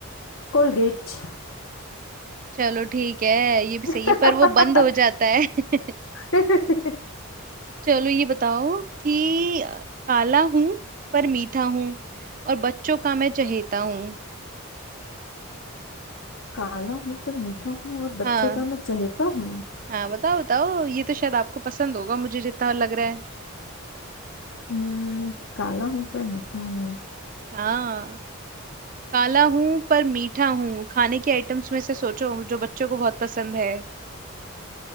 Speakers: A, on the left; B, on the right.
A: कोलगेट
B: चलो ठीक है ये भी सही है
A: <laughs>
B: पर वो बंद हो जाता है <laughs>
A: हम्म,
B: चलो ये बताओ कि काला हूं पर मीठा हूँ और बच्चों का मैं चहेता हूँ
A: काला हूं पर मीठा हूँ और
B: हाँ
A: बच्चों का मैं चहेता हूँ
B: हाँ बताओ बताओ ये तो शायद आपको पसंद होगा मुझे जितना लग रहा है
A: हम्म, काला हूं पर मीठा हूँ
B: हाँ काला हूँ पर मीठा हूँ खाने के आइटम्स में से सोचो जो बच्चों को बहुत पसंद है